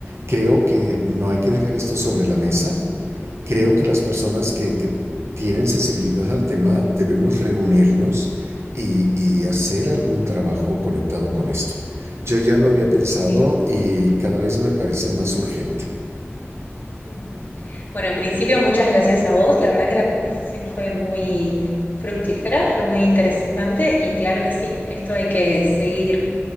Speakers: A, on the right; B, on the left.
A: creo que no hay que dejar esto sobre la mesa. Creo que las personas que, que tienen sensibilidad al tema debemos reunirnos y, y hacer algún trabajo conectado con esto. Yo ya lo había pensado
B: Sí, sí.
A: y cada vez me parece más urgente.
B: Ujú. Bueno, en principio, muchas gracias a vos. La verdad que la conversación fue muy fructífera, fue muy interesante y claro que sí, esto hay que seguir,